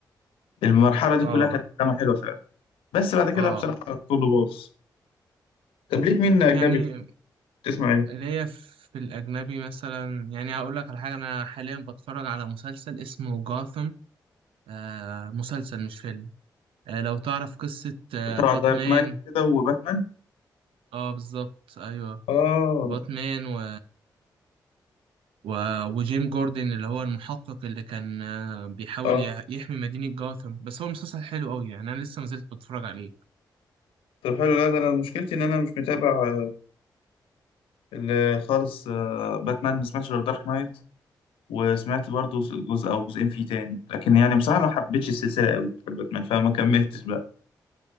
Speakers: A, on the left; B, on the right.
A: والمرحلة دي
B: اه
A: كلها كانت أفلام حلوة فعلا بس بعد كده
B: اه
A: بصراحة كله باظ طب ليك مين
B: يعني
A: أجنبي تسمع إيه؟
B: اللي هي في الاجنبي مثلا يعني هقول لك على حاجه انا حاليا بتفرج على مسلسل اسمه جاثم آه مسلسل مش فيلم آه لو تعرف قصه آه
A: طبعا
B: باتمان
A: دارك نايت كده وباتمان
B: اه بالظبط ايوه
A: آه
B: باتمان و و- وجيم جوردن اللي هو المحقق اللي كان آه، بيحاول
A: اه
B: يح- يحمي مدينة جاثم بس هو مسلسل حلو قوي يعني أنا لسه مازلت بتفرج عليه
A: طب حلو لا ده انا مشكلتي ان انا مش متابع آه، ال- خالص آه، باتمان ما سمعتش غير دارك نايت وسمعت برضو جزء او جزئين فيه تاني لكن يعني بصراحه ما حبيتش السلسله قوي بتاعت باتمان فما كملتش بقى